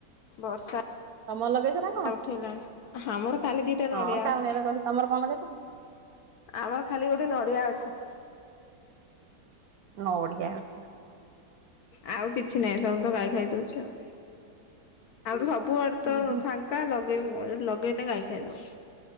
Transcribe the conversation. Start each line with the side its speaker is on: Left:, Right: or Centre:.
Left: ବର୍ଷା
Right: ତମର ଲଗେଇଛ ନା କଣ?
Left: ଣି ଆମର ଖାଲି ଦିଟା
Right: ହଁ
Left: ନଡ଼ିଆ
Right: କାଉଁଳିଆ
Left: ଗଛ
Right: ତ ତମର କଣ ଲଗେଇଛ?
Left: ଆମର ଖାଲି ନଡ଼ିଆ ଅଛ।
Right: ନଡ଼ିଆ ଅଛ
Left: ଆଉ କିଛି ନାହିଁ ସବୁ ତ ଗାଈ ଖାଇ ଦଉଛି। ଆଉ ଆଉ ତ ସବୁଆଡେ ତ
Right: ଉଁ ହୁଁ
Left: ଫାଙ୍କା ଙ୍କା ଲଗେଇବ କଣ ଲଗେଇଲେ ଗାଈ ଖାଇଦବ।